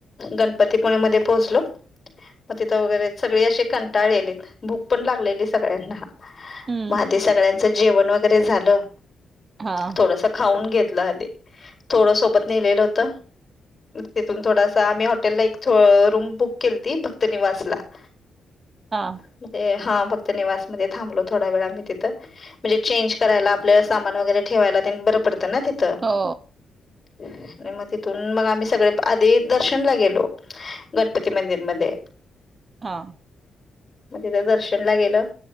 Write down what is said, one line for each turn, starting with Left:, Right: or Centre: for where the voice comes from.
Left: गण पतीपणेमध्येध्ये पोहोचलो. मग तिथं वगैरे सगळी असे कंटाळलेलेत भूक पण लागलेली सगळ्यांना
Right: हम्म
Left: मग सगळ्यांच जेवण वगैरे झालं.
Right: हा
Left: थोडस खाऊन घेतलं आधी थोडं सोबत नेलेलं होत. तिथून थोडासा आम्ही हॉटेल ला एक रूम बुक केली त भक्त निवास ला <inaudible>
Right: हां
Left: म्हणजे हा भक्त निवास मध्ये थांबलो थोडा वेळा मी तिथं म्हणजे चेंज करायला आपल्या सामान वगैरे ठेवायला बर पडत ना तिथं
Right: हो
Left: आणि मग तिथुन मग आम्ही सगळे आधी दर्शनला गेलो. गणपती मंदिरमध्ये.
Right: हा
Left: मग तिथं दर्शनला गेलं